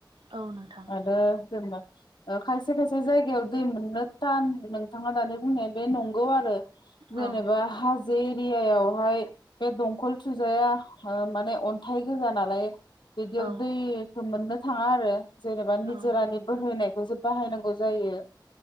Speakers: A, on the right; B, on the left.
A: औ नोंथां
B: आरो जेनबा खायसे खायसे जायगायाव दै मोननो थान नोंथाङा दानि बुंनाया बे नंगौ आरो जेनेबा
A: औ
B: हाज जो एरियायावहाय बे दं खल थुजाया माने अन्थाइ गोजा नालाय <unintelligible>
A: औ
B: थाङा आरो जेनेबा निजोरानि
A: औ
B: बोहोनायखौ बाहायनांगौ जायो।